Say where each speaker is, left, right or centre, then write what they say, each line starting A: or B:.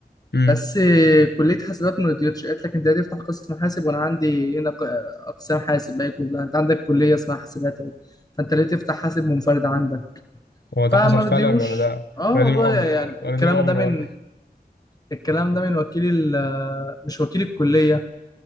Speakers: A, on the left; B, on the left.
A: امم
B: بس آه، كليه حاسبات ما رضيتش قالت لك انت هتفتح قسم حاسب وانا عندي هنا ق- اقسام حاسب باقي كلها انت عندك كليه اسمها حاسبات اهي فانت ليه تفتح حاسب منفرد عندك
A: هو ده
B: فما
A: حصل فعلا
B: رضيوش
A: ولا ده
B: اه
A: ولا
B: والله
A: دي مؤامره
B: يعني
A: ولا ولا
B: الكلام
A: دي مؤامره
B: ده من
A: ولا
B: الكلام ده من وكيل ال- مش وكيل الكليه